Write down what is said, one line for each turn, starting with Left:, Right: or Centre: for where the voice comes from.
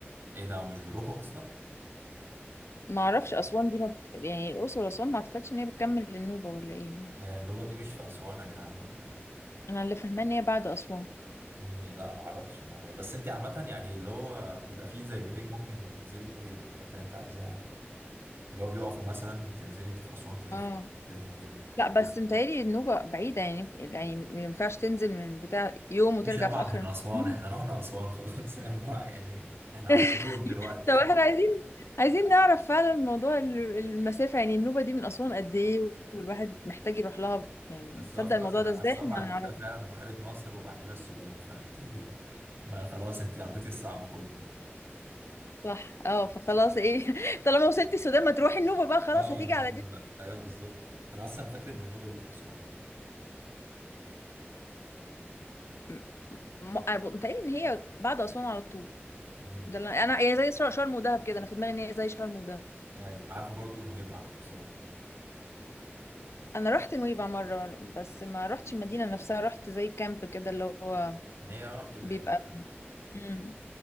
Right: ايه ده ومش بيروحوا اصلا
Left: ما اعرفش اسوان دي ما... بت- يعني الاقصر واسوان ما اعتقدش ان هي بتكمل للنوبه ولا ايه
Right: هي النوبه دي مش في اسوان يا جدعان ولا ايه
Left: انا اللي فاهمه ان هي بعد اسوان
Right: امم لا ما اعرفش المعلومه بس انت عامه يعني اللي هو بيبقى فيه زي بريك ممكن تنزلي تروحي الحته اللي انت عايزاها يعني اللي هو بيقفوا مثلا تنزلي انت في اسوان تلفي
Left: اه
Right: تروحي انت ال...
Left: لا بس متهيألي
Right: <laughs>
Left: النوبة بعيدة يعني يعني ما ينفعش تنزل من بتاع يوم وترجع
Right: مفيش ابعد
Left: في آخر
Right: من اسوان
Left: النهار
Right: احنا رحنا اسوان خلاص <laughs> يعني نروح- يعني احنا
Left: <laughs>
Right: على الحدود دلوقتي
Left: طب احنا عايزين عايزين نعرف فعلا موضوع ال- المسافة يعني النوبة دي من أسوان قد ايه والواحد محتاج يروح لها يعني
Right: بس
Left: تصدق
Right: هو خلاص
Left: الموضوع
Right: انا
Left: ده ازاي
Right: اسوان
Left: احنا
Right: بعد
Left: ما نعرفش
Right: كده فعلا بحيره ناصر وبعد كده السودان فانت ما خلاص انت عديتي الصعب كله يعني
Left: صح اه فخلاص ايه <laughs> طالما وصلتي السودان ما تروحي النوبة بقى خلاص
Right: اه
Left: هتيجي
Right: اللي
Left: على
Right: هو-
Left: دي
Right: ايوه بالظبط انا اصلا فاكر ان النوبه دي في اسوان
Left: م- م- أنا ب- متهيألي ان هي بعد أسوان على طول
Right: امم
Left: ده اللي انا أنا- يعني زي شر- شرم ودهب كده انا في دماغي ان هي زي شرم ودهب
Right: ايوه عارفه برضو نويبع نفسي اروح نويبع
Left: انا رحت نويبع مره بس ما رحتش المدينه نفسها رحت زي كامب كده اللي هو
Right: ما هي اه كده
Left: بيبقى
Right: هي كلها كده
Left: امم